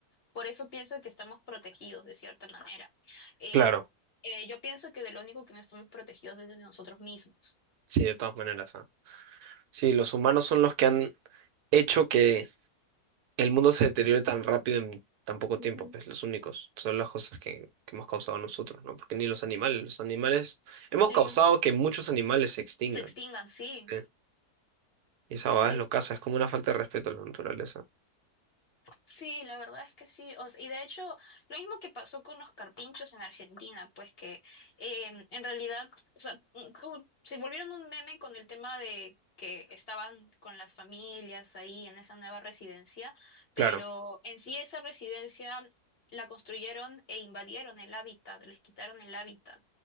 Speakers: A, on the left; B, on the right.
A: Por eso pienso que estamos protegidos de cierta manera. Eh,
B: claro,
A: eh, yo pienso que de lo único que no estamos protegidos es de nosotros mismos.
B: sí, de todas maneras. ah. Sí, los humanos son los que han hecho que el mundo se deteriore tan rápido en tan poco
A: Ujú,
B: tiempo, pues los únicos, son las cosas que, que hemos causado nosotros, ¿no? Porque ni los animales, los animales, hemos
A: Sí.
B: causado que muchos animales se extingan,
A: Se extingan, sí.
B: ¿eh? Y esa va
A: Sí,
B: es lo casa, es como una falta de respeto a la naturaleza.
A: Sí, la verdad es que sí. O s- y de hecho, lo mismo que pasó con los carpinchos en Argentina, pues que em, en realidad, o sea, mm, tú- se volvieron un meme con el tema de que estaban con las familias ahí en esa nueva residencia,
B: Claro.
A: pero en sí esa residencia la construyeron e invadieron el hábitat, les quitaron el hábitat.